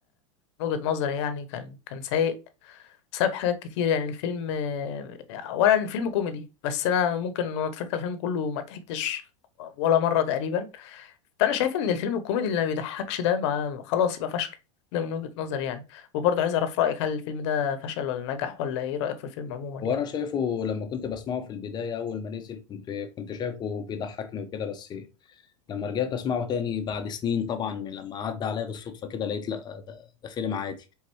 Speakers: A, on the left; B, on the left.
A: من وجهة نظري يعني كان كان سيء بسبب حاجات كتير يعني الفيلم اولا الفيلم كوميدي بس انا ممكن وانا اتفرجت على الفيلم كله ما ضحكتش ولا مرة تقريبا فانا شايف ان الفيلم الكوميدي اللي ما بيضحكش ده ما خلاص يبقى فشل ده من وجهة نظري يعني وبرضه عايز اعرف رأيك هل الفيلم ده فشل ولا نجح ولا ايه رأيك في الفيلم عموما
B: وانا
A: يعني
B: شايفه لما كنت بسمعه في البدايه اول ما نزل كنت كنت شايفه بيضحكني وكده بس لما رجعت اسمعه تاني بعد سنين طبعا من لما عدى عليا بالصدفه كده لقيت لا ده, ده فيلم عادي